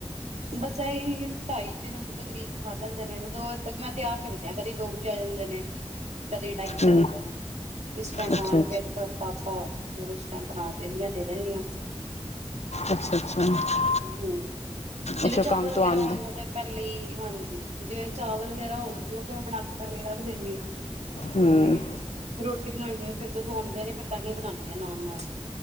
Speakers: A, on the right; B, on the left.
A: ਬਸ! ਇਹੀ ਢਾਈ ਤਿਨ ਜ ਕਰੀਬ ਖਾ ਲੈਂਦੇ ਨੇ। ਮਤ ਦੋ ਮੈਂ ਤਿਆਰ ਰੱਖਦਿਆਂ ਕਦੇ ਦੋ ਵਜੇ ਆ ਜਾਂਦੇ ਨੇ। ਕਦੇ ਟਾਈ ਤੇ ਜਾਂਦਾ
B: ਹਮ
A: ਰ ਜਿਸ ਟਾਈਮ
B: ਅੱਛਾ
A: ਮ ਪ ਪਾਪਾ ਫਿਰ ਉਸ ਟਾਈਮ ਬਣਾ ਦਿੰਦੀ ਆ ਦੇ ਦਿੰਦੀ ਆ।
B: ਅੱਛਾ- ਅੱਛਾ ਅੱਛਾ!
A: ਹਮ ਜਿਵੇਂ
B: ਅੱਛਾ
A: ਚਾਵਲ
B: ਕੰਮ ਤੋਂ
A: ਵਗੈਰਾ
B: ਆਉਂਦੇ
A: ਹੋਣ ਉਹ ਤੇ ਪਹਿਲੇ ਹਾਂਜੀ ਜੇ ਚਾਵਲ ਵਗੈਰਾ ਹੋਣ ਉਹ ਤਾਂ ਮੈਂ ਬਣਾ ਕੇ ਪਹਿਲੇ ਰੱਖ ਦਿੰਦੀ ਹਾਂ ਤੇ
B: ਹਮ
A: ਰੋਟੀ ਬ ਫਿਰ ਜਦੋਂ ਆਉਂਦੇ ਨੇ ਫਿਰ ਤਾਂਹੀਂ ਬਣਾਉਂਦੀ ਆ ਨਾਲ- ਨਾਲ